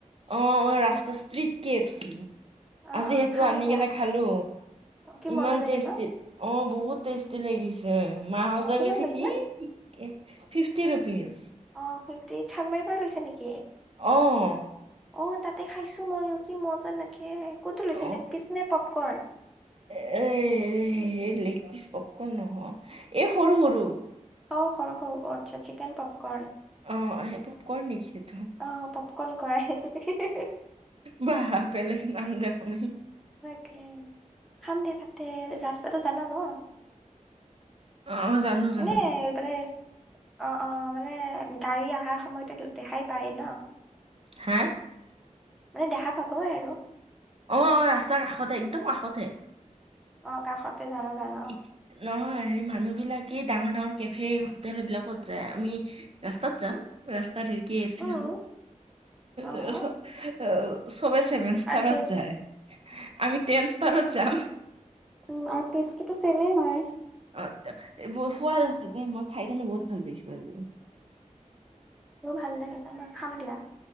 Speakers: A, on the right; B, in the centre.
A: অঁ অঁ ৰাস্তা স্ত্ৰিত কে কেফছি।
B: অ
A: আজি
B: অ
A: সেইটো
B: খাম
A: আনি
B: দিয়া
A: কিনে খালো
B: কি
A: ইমান
B: মজা লাগে
A: টেষ্টি
B: ন
A: অ বহুত টষ্টি। লাগিছে মাহতে
B: অ কিমান
A: কৈছে
B: লৈছে
A: কি কি ফিফটি ৰুপিজ।
B: অঁ সেই চান্মাৰীৰ পৰা লৈছে নেকি?
A: অঁ।
B: অঁ তাতে খাইছো মইও কি মজা লাগে কোণটো লৈছিলে
A: অ
B: লেকপিচ নে পপকৰ্ণ।
A: এ হেই লেগ পিচ পপকৰ্ণ নহয় এই সৰু সৰু।
B: অঁ সৰু সৰু আচ্ছা চিকেন পপকৰ্ন।
A: অঁ সেইবোৰ পৰ নিখেত।
B: অঁ পপকৰ্ন কৰাই হে হেই
A: বা বেলেগ নাম দেখোন এই।
B: তাকে খান দে তাতে ৰাস্তাটো জানা ন।
A: অ অ জানো জানো
B: এনে মানে অঁ অঁ মানে গাড়ী অহাৰ সময়তে দেখাই পায় ন।
A: হা।
B: মানে দেখা পাবই আৰু।
A: অঁ অঁ ৰাস্তাৰ কাষতে একদম কাষতে।
B: অঁ কাষতে জানো জানো অ।
A: ইত- নহয় হেৰি মানুহ বিলাকে ডাঙৰ ডাঙৰ কেফে হোটেল এইবিলাকত যায় আমি ৰাস্তাত যাম ৰাস্তাত হেৰিকে এফচি
B: উম
A: খাব
B: অ
A: যাচ অঁ চবে ছেভেন সষ্টাৰত
B: আৰু টেষ্ট
A: যায় আমি টেন সষ্টাৰত যাম।
B: উমঁ আৰু কেষ্টটোতো চেমেই হয়।
A: অঁ বহুত সোৱাদ আছে দে মই খাই কেনে বহুত ভাল পাইছো আজি।
B: মোৰো ভাল লাগে জান খাম দিয়া।